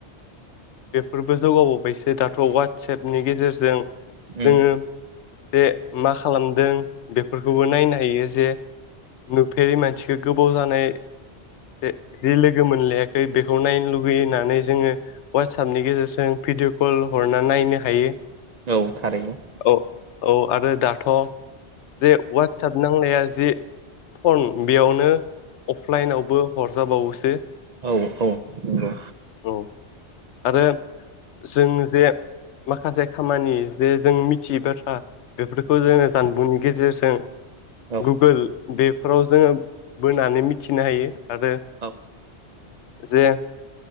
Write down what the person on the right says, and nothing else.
उम
औ थारैनो।
औ औ। नंगौ
औ
औ